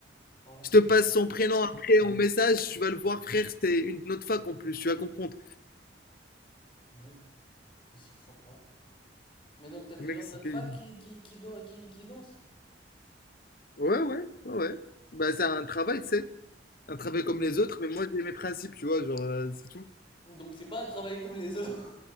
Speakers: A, on the left; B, on the left.
A: Oh
B: Je
A: là
B: te passe
A: là,
B: son prénom après en message, tu vas le voir, frère. C'était une de notre fac en plus, tu vas comprendre.
A: punaise, mais j'y crois pas. Mais donc t'as des
B: Mec,
A: gens
B: c'était
A: de notre fac
B: une.
A: qui qui qui dan- qui, qui dansent.
B: Ouais, ouais, ouais, ouais. Bah, c'est un travail, tu sais. Un travail comme les autres, mais moi, j'ai mes principes, tu vois, genre, euh, c'est tout.
A: Donc c'est pas un travail comme les autres.